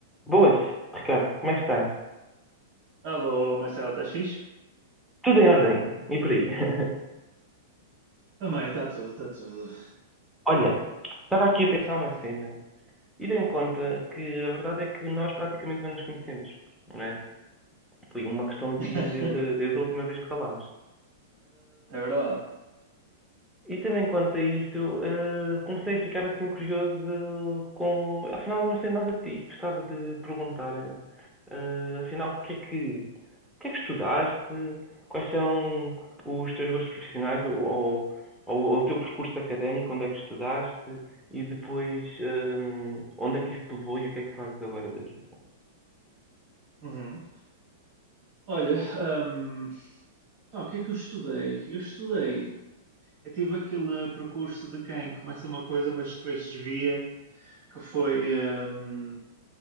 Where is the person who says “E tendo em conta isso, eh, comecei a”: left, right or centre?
Centre